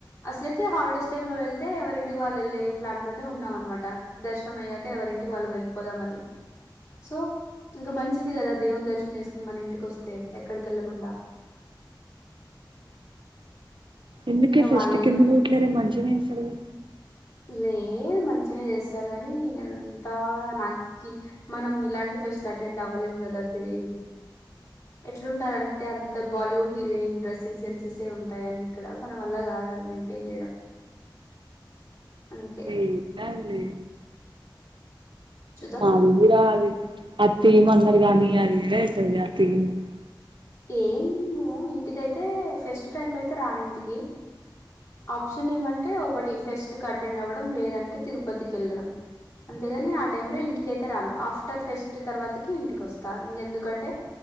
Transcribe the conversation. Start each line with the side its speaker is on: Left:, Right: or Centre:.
Left: అసలయితే హాలిడేస్ టైమ్ లో వె యితే ఎవరింటికి వాళ్ళు వెళ్ళే ప్లాన్ లోనే ఉన్నాం అనమాట దర్శనం అయ్యాక ఎవరింటికి వాళ్ళం వెళ్ళిపోదామని సో ఇంకా మంచిది కదా దేవుని దర్శనం చేసుకుని మన ఇంటికి వస్తే ఎక్కడికి వెళ్ళకుండా
Right: ఎందుకే
Left: ఇంగ
Right: ఫెస్టిక్
Left: వాళ్ళు ఏమంటారు
Right: ఎందుకు పోట్లేరే మంచిగానే చేస్తారు కదా
Left: ఇ మంచినే చేస్తారు కానీ ఎంత నాకి మనం ఇలాంటి ఫెస్ట్ లు అటెండ్ అవ్వలేం కదా శిరి ఎట్లుంటారంటే అంత బాలీవుడ్ హీరోయిన్ డ్రెస్సింగ్ సెన్సెస్ ఉంటాయిని ఇక్కడ మన వల్ల కాదు అవి మెయింటైన్ చేయడం అందుకే
Right: ఏం కాదులే
Left: చూద్దాం
Right: మా అది కూడా అది అతియం అందరు కాని అదిే అవుతుంది ఆ థీమ్ <unintelligible> <inaudible>
Left: ఏం ఇంటికైతే ఫస్ట్ టైమ్ లో అయితే రాను ఇంటికి ఆప్షన్ ఏమంటే ఒకటి ఫెస్ట్ క అటెండ్ అవ్వడం లేదంటే తిరుపతికి వెళ్ళడం అంతేగాని ఆ టైమ్ లో ఇంటిక అయితే రాను ఆఫ్టర్ ఫెస్ట్ తర్వాతకి ఇంటికి వస్తా ఇంకెందుకంటే